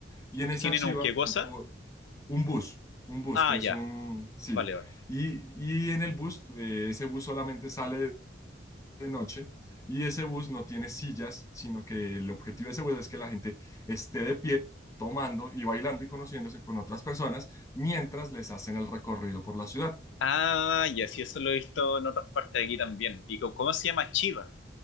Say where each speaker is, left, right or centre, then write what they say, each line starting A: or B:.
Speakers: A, on the left (about 15°); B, on the left (about 75°).
A: Y en esa
B: ¿Tienen
A: chiva,
B: un qué cosa?
A: tú pu- un bus, un bus
B: Ah,
A: que
B: ya,
A: es un, sí.
B: vale, vale.
A: Y, y en el bus, eh, ese bus solamente sale de de noche y ese bus no tiene sillas, sino que el objetivo de ese bus es que la gente esté de pie, tomando y bailando y conociéndose con otras personas mientras les hacen el recorrido por la ciudad.
B: Ah, ya, sí, eso lo he visto en otras partes de aquí también. ¿Y co- cómo se llama Chiva?